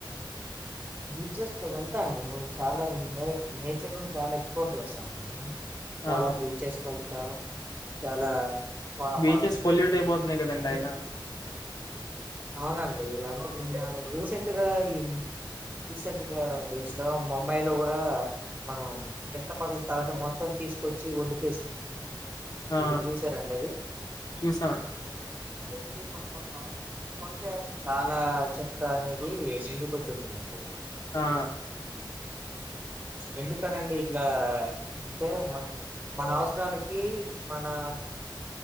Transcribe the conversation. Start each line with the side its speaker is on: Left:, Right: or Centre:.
Right: ఇంచెస్ కి వెళ్తాండి మేము చాలా మంది లో నేచర్ ను చాలా ఎక్స్ప్లోర్ చేస్తాం మేము. చాలా
Left: ఆ
Right: బీచెస్ కెల్తా చాలా. ఫ
Left: బీచెస్
Right: ఫారెస్ట్
Left: పొల్యూట్
Right: కెళ్ళి
Left: అయిపోతున్నాయి కదండి
Right: అన్నీ.
Left: అయినా
Right: అవునండి అంటే నిన్న రీసెంట్గా ఈ. రీసెంట్గా డేస్ లో ముంబై లో గుడా. మనం చెత్త పడేస్తా ఉంటే మొత్తం తీసుకొచ్చి ఒడ్డుకేసిన.
Left: ఆ
Right: అవి చూసారండవి.
Left: చూసామండి
Right: మరింకేంది పంపద్ద. చాలా చెత్త అనేది ముందుకోచ్చేసిందండి.
Left: ఆ.
Right: ఎందుకనండి ఇట్లా అ అంటే మనం మన అవసరానికి. మనా.